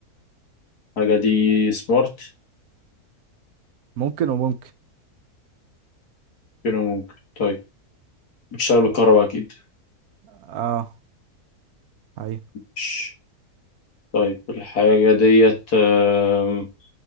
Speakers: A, on the left (about 85°); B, on the right (about 75°).
A: الحاجة دي سمارت
B: ممكن وممكن
A: كده ممكن طيب بتشتغل بالكهرباء أكيد
B: اه هي
A: مش- طيب الحاجة ديت آم،